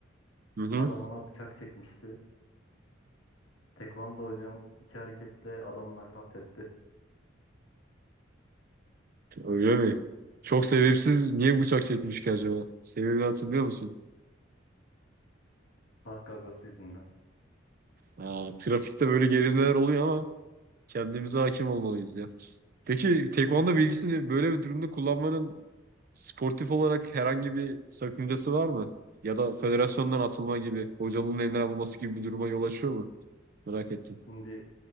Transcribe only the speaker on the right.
Hı hı.
Öyle mi? Çok sebepsiz niye bıçak çekmiş ki acaba? Sebebini hatırlıyor musun?
Aa, trafikte böyle gerilmeler oluyor ama kendimize hakim olmalıyız ya. Peki tekvando bilgisini böyle bir durumda kullanmanın sportif olarak herhangi bir sakıncası var mı? Ya da federasyondan atılma gibi, hocalığın elinden alınması gibi bir duruma yol açıyor mu? Merak ettim.